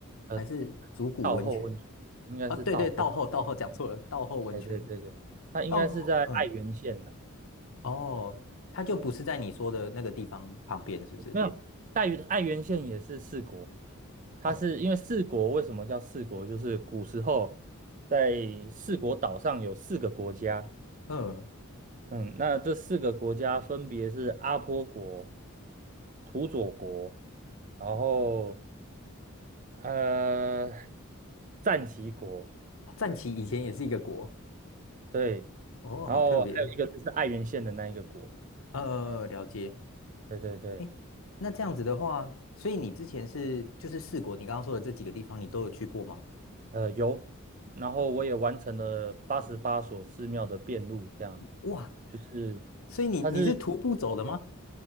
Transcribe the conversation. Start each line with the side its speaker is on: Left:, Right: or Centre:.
Right: 呃，
Left: 还是竹谷温泉？
Right: 道后温泉应该是道后。
Left: 啊，对对，道后道后讲错了，道后温泉，
Right: 哎，对对对，它应该是在爱媛县呢。
Left: 道后，嗯，哦，它就不是在你说的那个地方旁边，是不是？
Right: 没有，爱媛爱媛县也是四国，它是因为四国为什么叫四国？
Left: 哦，
Right: 就是古时候在四国岛上有四个国家，
Left: 嗯，
Right: 嗯，那这四个国家分别是阿波国、土佐国，然后呃战旗国，
Left: 哦战旗以前也是一个国，
Right: 对，
Left: 哦，
Right: 然后还有一个就是爱媛县的那一个国，
Left: 好特别，呃，了解。
Right: 对对对，
Left: 诶那这样子的话，所以你之前是就是四国，你刚刚说的这几个地方，你都有去过吗？
Right: 呃有，然后我也完成了八十八所寺庙的遍路，这样
Left: 哇，
Right: 就是。
Left: 所以你你是徒步走的吗？
Right: 它是